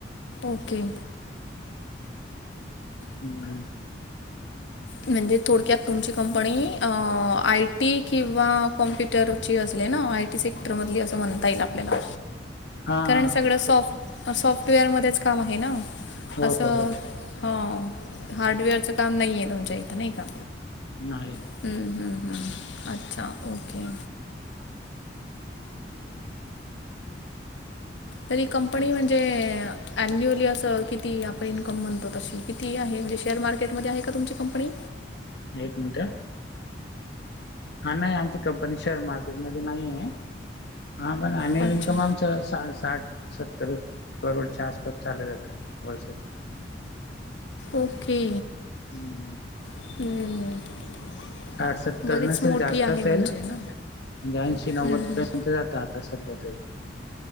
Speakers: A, on the left; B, on the left.
A: ओके.
B: हम्म.
A: म्हणजे थोडक्यात तुमची कंपनी अ आय टी किंवा कॉम्प्यु सेक्टरची असले ना आय टी सेक्टर मधली असं म्हणता येईल आपल्याला.
B: हा हा
A: कारण सगळं
B: एक्सेक्टर
A: सॉफ्ट सॉफ्टवेअरमध्येच काम आहे ना.
B: हो
A: असं
B: हो हो
A: ह हार्डवेअरचं काम नाही आहे तुमच्या इथं नाही का?
B: नाही.
A: हम्म हम्म हम्म, अच्छा ओके. तरी कंपनी म्हणजे अन्युअली असं किती आपण इन्कम म्हणतो तशी किती आहे म्हणजे शेअर मार्केटमध्ये आहे का तुमची कंपनी.
B: एक मिनट. हा नाही आमची कंपनी शेअर मार्केटमध्ये नाही आहे. हा पण एनुअल
A: अच्छा
B: इन्कम आमच साठ सत्तर करोडच्या आसपास चाललं जातं वर्षाच्या.
A: ओके.
B: हम्म.
A: हम्म.
B: साठ सत्तर
A: बरीच
B: नसेल
A: मोठी
B: जास्त
A: आहे
B: असेल
A: म्हणजे
B: म्हणजे,
A: ना
B: ऐंशी
A: हम्म,
B: नव्वद
A: हम्म.
B: पर्यंत जात आता सध्या तरी.